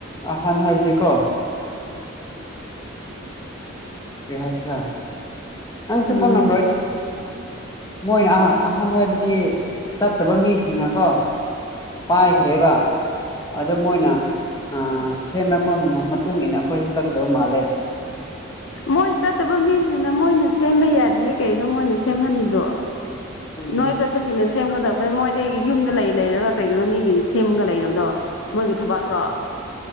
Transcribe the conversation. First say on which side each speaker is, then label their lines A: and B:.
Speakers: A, on the left; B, on the left.
A: ꯑꯍꯥꯟ ꯍꯥꯏꯕꯗꯤꯀꯣ ꯦ ꯍꯥꯏꯁꯔꯥ ꯅꯪꯁꯨ
B: ꯀꯩꯅꯣ
A: ꯈꯪꯂꯝ꯭ꯔꯣ ꯃꯣꯏꯅ ꯑ ꯑꯍꯟ ꯍꯥꯏꯕꯗꯤ ꯆꯠꯇꯕ ꯃꯤꯁꯤꯡꯅꯀꯣ ꯄꯥꯏꯈ꯭ꯔꯦꯕ ꯑꯗꯨ ꯃꯣꯏꯅ ꯑ ꯁꯦꯝꯂꯛꯄ ꯃꯇꯨꯡ ꯏ ꯃꯇꯨꯡꯏꯟꯅ ꯑꯩꯈꯣꯏꯁꯨ ꯆꯠꯀꯗꯕ ꯃꯥꯜꯂꯦ
B: ꯃꯣꯏ ꯆꯠꯇꯕ ꯃꯤꯁꯤꯅ ꯃꯣꯏꯅ ꯁꯦꯝꯕ ꯌꯥꯗꯌꯦ ꯀꯩꯅꯣ ꯃꯣꯏꯅ ꯁꯦꯝꯍꯜꯂꯤꯗꯣ
A: ꯈꯪꯗꯦ
B: ꯅꯣꯏ ꯆ ꯦꯁꯤꯅꯦ ꯁꯦꯝꯝꯒꯗꯕ ꯑ ꯃꯣꯏꯗꯤ ꯌꯨꯝꯗ ꯂꯩ ꯂꯩꯔꯒ ꯀꯩꯒꯤꯅꯣ ꯃꯤꯒꯤꯗꯤ ꯁꯦꯝꯃꯒ ꯂꯩꯔꯕꯗꯣ ꯃꯣꯏꯒꯤ ꯊꯕꯥꯛꯔꯣ